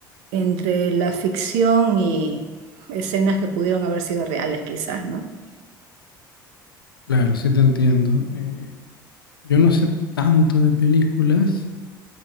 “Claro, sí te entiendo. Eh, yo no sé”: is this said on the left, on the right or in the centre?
Left